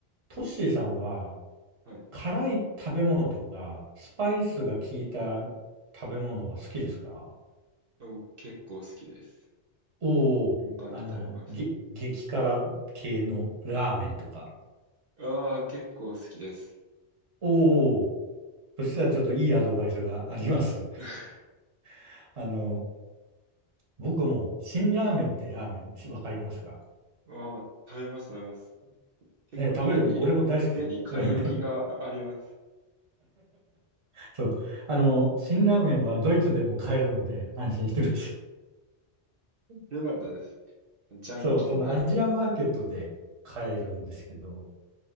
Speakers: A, on the right; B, on the right.
A: トッシーさんは、
B: はい。
A: 辛い食べ物とか、スパイスが効いた食べ物は好きですか
B: お、結構好きです。
A: おおー、
B: 頻繁に食べます。
A: あの、げ、激辛系のラーメンとか。
B: ああ、結構好きです。
A: おお、そしたらちょっといいアドバイスがあります。
B: <laughs>
A: <laughs> あの、僕も、辛ラーメンってラーメン、しわかりますか
B: ああ、食べます、食べます。結構家に、
A: ね、食べる、俺も大好きで
B: 家に買い置きがあります。
A: <laughs> そう。あの、辛ラーメンはドイツでも買えるので安心してください。<laughs>
B: よかったです。ジャンキーな、
A: そう、そのアジアマーケットで買えるんですけど、